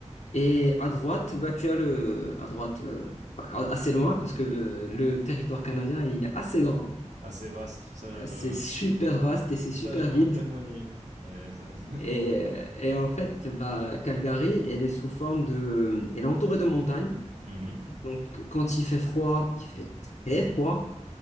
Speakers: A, on the left; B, on the right.
A: Et à droite, bah, tu as le, à droite, euh, bah, assez loin parce que euh, le territoire canadien, il est assez grand,
B: Assez vaste. Ça,
A: Euh,
B: je,
A: c'est super vaste et c'est super
B: Ça, je peux
A: vide.
B: en témoigner. Ouais, ça- <laughs>
A: Et, et en fait, bah, Calgary, elle est sous forme de, elle est entourée de montagnes.
B: Mhm.
A: Donc, quand il fait froid, il fait très froid.